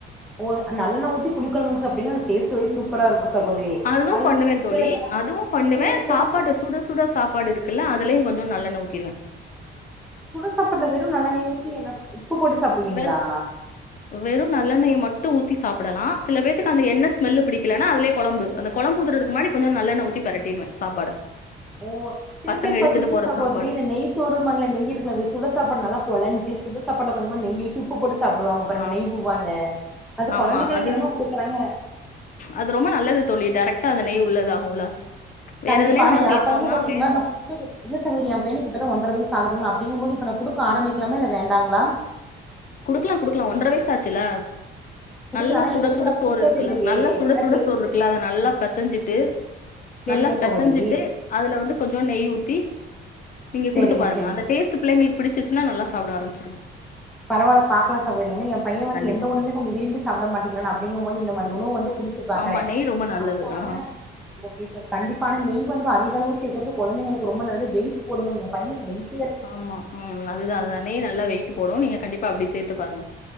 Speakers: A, in the centre; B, on the left.
A: ஓ நல்லெண்ண ஊத்தி புளி கொழம்புக்கு சாப்ட்டீங்கனா அது டேஸ்ட் வைஸ் சூப்பரா இருக்கு சகோதரி
B: அது
A: அதே
B: பண்ணுவ
A: மாரி துவையலுக்கெல்லா
B: தோழி அதுவு பண்ணுவ
A: துவையலுக்கெல்லா
B: சாப்பாடு
A: ப
B: சுட சுட சாப்பாடு இருக்குல்ல அதுலயு கொஞ்சோ நல்லண்ணெ ஊத்திருவ
A: சுட சாப்பாட்ல வெறு நல்லெண்ணெய ஊத்தி என்ன உப்பு போட்டு சாப்டுவீங்ளா
B: வெறு வெறு நல்லெண்ணெய மட்டு ஊத்தி சாப்படலா சில பேத்துக்கு அந்த எண்ணெ ஸ்மல்லு பிடிக்கலன்னா அதுலே கொழம்பு அந்த கொழம்பு ஊத்தறதுக்கு முன்னாடி கொஞ்சோ நல்லெண்ண ஊத்தி பெரட்டிருவ சாப்பாட
A: ஓ சில
B: பசங்க
A: பேர்
B: எடுத்துட்டு
A: பாத்தீங்ன்னா
B: போற
A: சகோதரி
B: சாப்பாடு
A: இந்த நெய் சோறூம்பாங்ல நெய்யி இருக்கல சுடசாப்பாட்ல நல்ல கொழஞ்சு சுட சாப்பாட்ல கொஞ்சமா நெய்யி ஊத்தி உப்பு போட்டு சாப்டுவாங்க பாருங்க
B: ஆ
A: நெய் பூவான்னு அது
B: ஆமா
A: கொழந்தைங்களுக்கு
B: அது
A: என்னமோ குடுக்கறாங்க
B: அது ரொம்ப நல்லது தோழி டெரெக்டா அத நெய் உள்ளதாகுல்ல வேற
A: கண்டிப்பா
B: எதுலயு
A: ஆனா
B: நம்ம
A: ஏ
B: சேத்தோம்னா
A: பையனுக்கு வந்து இது
B: வேற
A: மாரி நா குடுத்துது இல்ல சகோதரி ஏ பையனுக்குப்பதா ஒன்ற வயசு ஆகுதுங்ளா அப்டிங்க போது இப்ப நா குடுக்க ஆரம்பிக்கலாமா இல்ல வேண்டாங்களா
B: குடுக்லா குடுக்லா ஒன்ற வயசு ஆச்சுல
A: குடுக்கலானா
B: நல்லா சுட
A: இது வரைக்கு
B: சுட
A: நா
B: சோறு
A: குடுத்தது
B: இருக்குல்ல
A: இல்லையே
B: நல்லா சுடசுட
A: ஆனா டேஸ்ட்
B: சோறு இருக்குல்ல அத நல்லா பெசஞ்சிட்டு
A: சேரிங்க
B: நல்லா பெசஞ்சிட்டு
A: சகோதரி
B: அதுல வந்து கொஞ்சோ நெய் ஊத்தி நீங்க
A: சேரிங்க
B: குடுத்து பாருங்க
A: சேரிங்க
B: அந்த டேஸ்ட் ட்டு பிள்ளைங்களுக்கு பிடிச்சிர்சுனா நல்லா சாப்ட ஆரம்பிச்சுருங்
A: பரவால்ல பாக்லா சகோதரி ஏனா ஏ பைய வந்து
B: கண்டிப்பா
A: எந்த உணவுமே கொஞ்சொ விரும்பி சாப்ட மாட்டிங்கிறா அப்டிங்குபோது இந்த மாரி உணவு வந்து குடுத்து பாக்கற
B: ஆமா நெய் ரொம்ப
A: சாப்ட்டானா
B: நல்லது ஆ
A: ஓகே சார் கண்டிப்பானா நெய் வந்து அதிக அளவு சேக்கறது கொழந்தைங்களுக்கு ரொம்ப நல்லது வெயிட் போடுங்க ஏ பையனுக்கு வெயிட்
B: ஆமா ம் அதுதா அதுதா நெய் நல்லா வெயிட்டு போடு நீங்க கண்டிப்பா அப்டி சேத்து பாருங்க